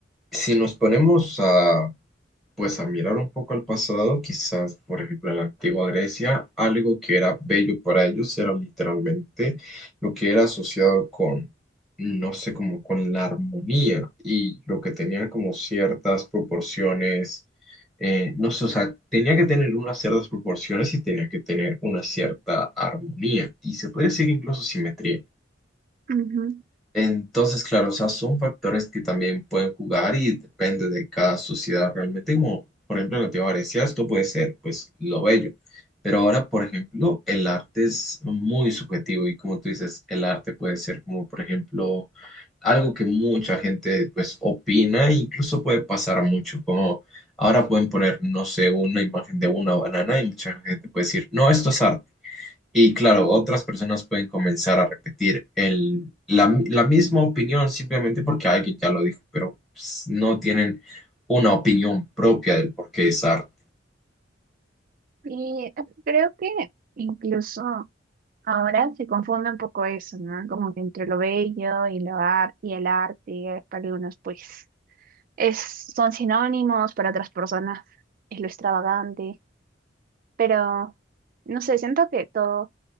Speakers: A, in the centre; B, on the right (about 45°).
A: si nos ponemos a pues a mirar un poco al pasado, quizás, por ejemplo, en la antigua Grecia, algo que era bello para ellos era literalmente lo que era asociado con, no sé, como con la armonía y lo que tenía como ciertas proporciones, eh, no sé, o sea, tenía que tener unas ciertas proporciones y tenía que tener una cierta armonía y se podría decir incluso simetría.
B: Ujú.
A: Entonces, claro, o sea, son factores que también pueden jugar y depende de cada sociedad realmente, como por ejemplo en Latinoamérica esto puede ser pues lo bello, pero ahora, por ejemplo, el arte es muy subjetivo y como tú dices, el arte puede ser como, por ejemplo, algo que mucha gente pues opina e incluso puede pasar mucho, como ahora pueden poner, no sé, una imagen de una banana y mucha gente puede decir, no, esto es arte. Y claro, otras personas pueden comenzar a repetir el, la, la misma opinión simplemente porque alguien ya lo dijo, pero pues, no tienen una opinión propia del por qué es arte.
B: Y creo que incluso ahora se confunde un poco eso, ¿no? Como que entre lo bello y lo ar- y el arte, para algunos, pues. Es, son sinónimos para otras personas, es lo extravagante, pero no sé, siento que todo